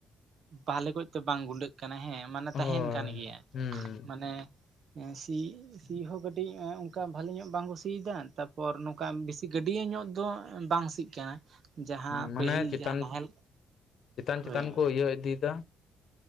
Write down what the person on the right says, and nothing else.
ᱵᱷᱟᱞᱮ ᱠᱚᱡ ᱛᱮ ᱵᱟᱝ ᱜᱩᱸᱰᱟᱹᱜ ᱠᱟᱱᱟ ᱦᱮᱸ ᱢᱟᱱᱮ
ᱛᱟᱦᱮᱱ ᱠᱟᱱ ᱜᱮᱭᱟ,
ᱢᱟᱱᱮ ᱮᱸ ᱥᱤ ᱥᱤ ᱦᱚᱸ ᱠᱟᱹᱴᱤ ᱴᱤ ᱮᱸ ᱚᱝᱠᱟ ᱵᱷᱟᱞᱤ ᱧᱚᱜ ᱵᱟᱝ ᱠᱚ ᱥᱤ ᱭᱮᱫᱟ ᱛᱟᱯᱚᱨ ᱱᱚᱝᱠᱟ ᱵᱤᱥᱼᱼ ᱜᱟᱹᱰᱤᱭᱟᱹ ᱧᱚᱜ ᱫᱚ ᱵᱟᱝ ᱥᱤᱜ ᱠᱟᱱᱟ ᱡᱟᱦᱟᱸ
ᱯᱟᱹᱦᱤᱞ
ᱡᱟᱦᱟᱸ ᱱᱟᱦᱮᱞ,
ᱦᱳᱭ